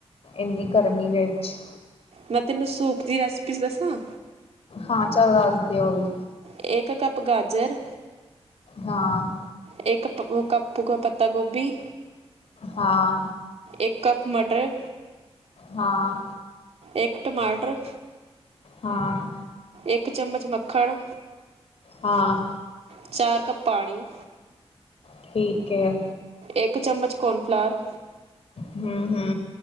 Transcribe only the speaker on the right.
ਮੈਂ ਤੈਨੂੰ ਸੂਪ ਦੀ ਰੈਸਪੀ ਦੱਸਾਂ
ਏਕ ਕੱਪ ਗਾਜਰ
ਏਕ ਪਕ ਕੱਪ ਪੱਤਾ ਗੋਭੀ,
ਏਕ ਕੱਪ ਮਟਰ,
ਏਕ ਟਮਾਟਰ,
ਏਕ ਚੰਮਚ ਮੱਖਣ,
ਚਾਰ ਕੱਪ ਪਾਣੀ।
ਇੱਕ ਚਮਚ ਕੋਨਫਲਾਰ।